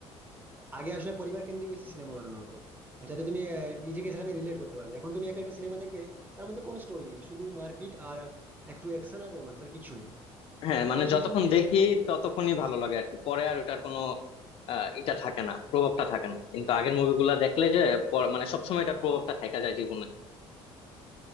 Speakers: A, on the right (about 15°); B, on the left (about 55°).
A: আগে আসলে পরিবার কেন্দ্রিক বেশি সিনেমা বানানো হতো আর যাতে তুমি আহ, নিজেকে সেখানে রিলেট করতে পারবে এখন তুমি একা একটা সিনেমা দেখবে তার মধ্যে কোনো স্টোরি নেই শুধু মারপিট আর একটু অ্যাকশন আর রোমান্স আর কিছু নেই
B: হ্যাঁ
A: তো
B: মানে
A: আমার সেই
B: যতক্ষণ
A: সব মুভি
B: দেখি
A: এতটা খুব
B: ততক্ষণই ভালো লাগে আর কি পরে আর ওটার কোনো আহ, এটা থাকে না প্রভাবটা থাকে না কিন্তু আগের মুভিগুলা দেখলে যে পর- মানে সবসময় এটার প্রভাবটা থেকে যায় জীবনে